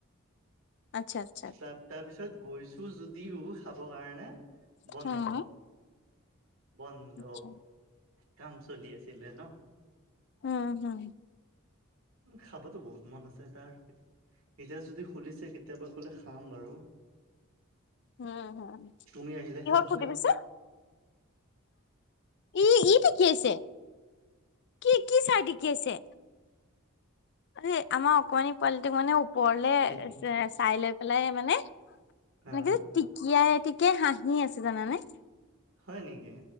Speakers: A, on the left; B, on the right.
A: আত্চ্ছা
B: তাৰ তাৰ পিছত গৈছো যদিও খাব কাৰণে
A: আচ্ছা
B: বন্ধ।
A: হম
B: বন্ধ
A: আচ্ছা
B: কাম চলি আছিলে ন।
A: উম হুম।
B: খাবতো বহুত মন আছে তাৰ। এতিয়া যদি খুলিছে কেতিয়াবা গ'লে খাম বাৰু।
A: উম হম কিহৰ
B: তুমি আহিলেহে যাব
A: ফুৰ্তি
B: লাগিব
A: পিছে ই ই দেখি আহিছে কি কি চাই দেখি আকিয়াছে এই আমাৰ অকমানি পোৱালিটোক মানে ওক ওপৰলে
B: কি
A: চাই লৈ পেলাই মানে এনেকে
B: হা
A: টিকিয়াই টিকিয়াই হাঁহি আছে জানানে।
B: হয় নেকি?